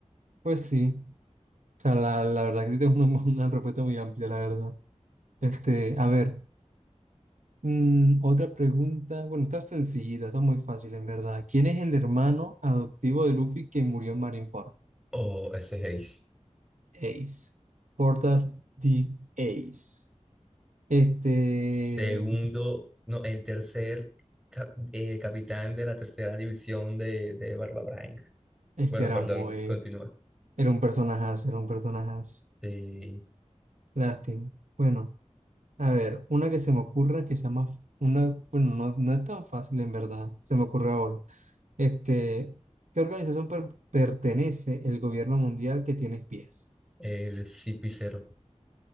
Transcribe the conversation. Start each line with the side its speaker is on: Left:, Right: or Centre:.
Right: Pues sí. O sea, la, la verdad que es <laughs> una, una respuesta muy amplia, la verdad. Este, a ver, mm, otra pregunta. Bueno, está sencillita, está muy fácil en verdad. ¿Quién es el hermano adoptivo de Luffy que murió en Marineford?
Centre: O ese Haze.
Right: Ace. Porter D. Ace. Este,
Centre: Segundo, no, el tercer cap- eh, capitán de la tercera división de, de Barba Branca
Right: es
Centre: Bueno,
Right: que era
Centre: perdón,
Right: muy,
Centre: continúa.
Right: era un personajazo, era un personajazo.
Centre: Sí,
Right: Lástima. Bueno, a ver, una que se me ocurra que sea más, una, bueno, no, no es tan fácil en verdad, se me ocurre ahora. Este, ¿qué organización per- pertenece el gobierno mundial que tiene espías?
Centre: el CP0,